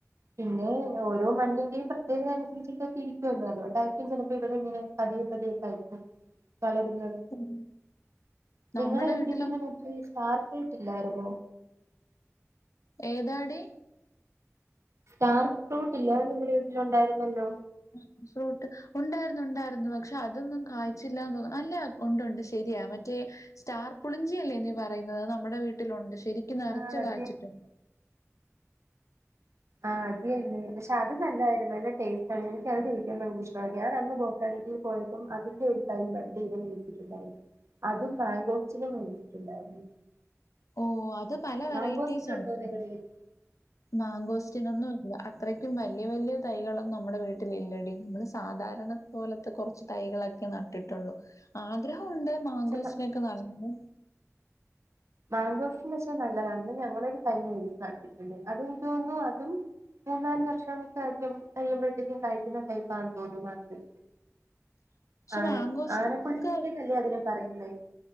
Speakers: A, on the right (about 60°); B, on the left (about 80°).
A: പിന്നെ ഓരോ മണ്ണിന്റെയും പ്രത്യേകതനുസരിച്ചിട്ടൊക്കെ ഇരിക്കുവല്ലോ അതുകൊണ്ടായിരിക്കും ചിലപ്പോ ഇവിടെ ഇങ്ങനെ പതിയെ പതിയെ തയ്ച് വളരുന്നത്
B: ഉം നമ്മുടെ
A: നിങ്ങടെ വീട്ടിൽ
B: വീട്
A: പിന്നെ ഒത്തിരി സ്റ്റാർ ഫ്രൂട്ട് ഇല്ലായിരുന്നോ
B: ഏതാടി
A: സ്റ്റാർ ഫ്രൂട്ട് ഇല്ലേ അത് നിങ്ങളുടെ വീട്ടിലുണ്ടായിരുന്നല്ലോ
B: സ്റ്റാർ ഫ്രൂട്ട് ഉണ്ടായിരുന്നു ഉണ്ടായിരുന്നു പക്ഷെ അതൊന്നും കായ്ചില്ലാന്ന് അല്ല ഉണ്ടു ഉണ്ട് ശരിയാ മറ്റേ സ്റ്റാർ പുളിഞ്ചിയല്ലേ നീ പറയുന്നത് അത് നമ്മുടെ വീട്ടിലുണ്ട് ശരിക്കും നറച്ച്
A: ആഹ് അത്
B: കായ്ച്ചിട്ടുണ്ട്
A: ആഹ് അത് തന്നെ പക്ഷെ അത് നല്ലതായിരുന്നു നല്ല ടേസ്റ്റ് എനിക് അത് കിട്ടിയന്ന ഇഷ്ട ഞാനന്ന് ബോട്ടാൽ പോയി അപ്പം അതിന്റെ ഒരു തൈ ബഡ് ചെയ്ത് മേടിച്ചട്ടുണ്ടായിരുന്നു അതും മാാങ്കോസ്റ്റിനും മേടിച്ചിട്ടുണ്ടായിരുന്നു
B: ഓ അത് പല വെറൈറ്റീസ്
A: മാങ്കോസ്റ്റിൻ
B: ഉണ്ട്
A: ഉണ്ടോ നിങ്ങളുടെ വീട്ടിൽ
B: മാങ്കോസ്റ്റിനൊന്നും ഇല്ല അത്രയ്ക്കും വല്യ വല്യ തൈകളൊന്നും നമ്മുടെ വീട്ടില് ഇല്ലടി നമ്മള് സാധാരണ പോലത്തെ കുറച്ച് തൈകളൊക്കെ നട്ടിട്ടുള്ളു ആഗ്രഹമുണ്ട് മാങ്കോസ്റ്റിനോക്കെ
A: പക്ഷെ
B: നടന്നത്
A: മാങ്കോസ്റ്റിൻ വെച്ചാൽ നല്ലതാണ് ഞങ്ങളൊരു തെയ് മേടിച് നട്ടിട്ടുണ്ട് അതെനിക്ക് തോന്നുന്നു അതും മൂന്നാല് വർഷം കഴിയുമ്പോഴത്തേക്കും കായ്ക്കുന്ന ടൈപ്പാന്ന് തോന്നും ബഡ്
B: <inaudible>
A: ആന
B: മാങ്കോസ്റ്റിനൊക്കെ
A: ആനപ്പുള്ളിത്തക്കന്നല്ലേ അതിന് പറയുന്ന